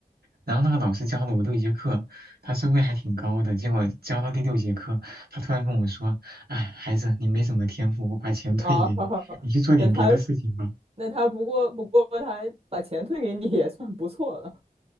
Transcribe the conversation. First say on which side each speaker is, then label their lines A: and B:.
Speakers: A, on the right (about 75°); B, on the right (about 40°).
A: 然后那个老师教了我六节课，他收费还挺高的。结果教到第六节课，他突然跟我说：“哎，孩子，你没什么天赋，我把钱退给你，
B: 啊，<laughs>
A: 你去做点别的事情吧。”
B: 那他，那他不过不过他还把钱退给你也算不错了。